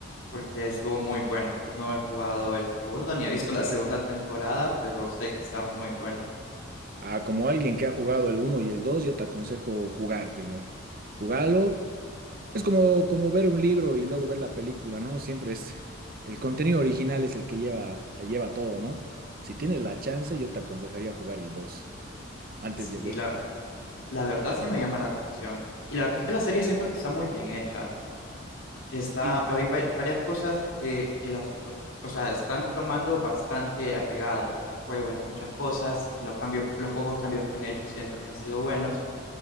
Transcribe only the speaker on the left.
porque estuvo muy bueno. No he jugado el segundo ni he visto la segunda temporada, pero sé que está muy buena.
Sí,
la, la verdad sí me llama la atención. Y la verdad es que la serie siento que está muy bien hecha. Está,
hay va- varias cosas que, que las, o sea, están tomando bastante apegado al juego, hay muchas cosas. Los cambios, los pocos cambios que han hecho siento que han sido buenos.